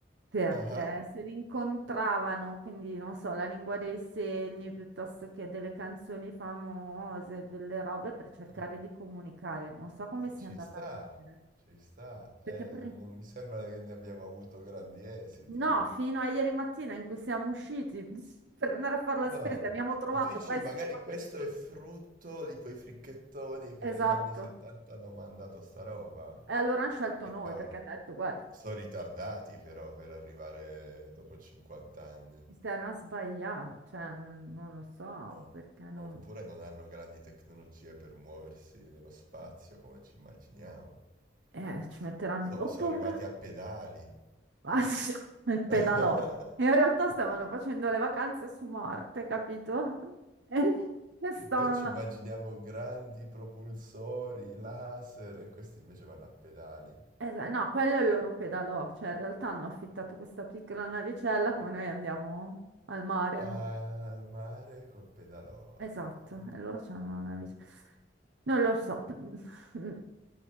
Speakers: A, on the right; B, on the right.
A: Perché
B: Ah,
A: se li incontravano, quindi non so, la lingua dei segni piuttosto che delle canzoni famose, delle robe per cercare
B: ah.
A: di comunicare. Non so come
B: Eh,
A: sia
B: ci
A: andata
B: sta,
A: a finire.
B: ci sta. Eh,
A: Perché pre-
B: non, non mi sembra che ne abbiamo avuto grandi esiti.
A: no, fino a ieri mattina in cui siamo usciti <laughs> per andare a fare la
B: No.
A: spesa, abbiamo trovato
B: O tu dici,
A: questi
B: magari
A: qua.
B: questo è frutto di quei fricchettoni che
A: Esatto.
B: negli anni 70 hanno mandato sta roba.
A: E allora hanno scelto
B: Eh,
A: noi
B: cavolo,
A: perché hanno detto, guarda.
B: sono ritardati però per arrivare dopo 50 anni.
A: Si sarà sbagliato, cioè non, non lo so
B: Oh.
A: perché non...
B: Oppure non hanno grandi tecnologie per muoversi nello spazio come ci immaginiamo.
A: eh,
B: Forse
A: ci metteranno
B: so-
A: di più. Oppure
B: sono arrivati a pedali.
A: <laughs> ah, sì, il pedalò.
B: <laughs>
A: In realtà stavano facendo le vacanze su Marte, capito? <laughs> E, e stavano...
B: Noi ci immaginiamo grandi propulsori, laser, e questi invece vanno a pedali.
A: Esa- no, quello è il loro pedalò, cioè in realtà hanno affittato questa piccola navicella come noi andiamo al mare,
B: Al
A: no?
B: mare col pedalò. Ah.
A: Esatto, e loro c'hanno una
B: Sì,
A: visione.
B: sì, sì.
A: Non lo so, <laughs>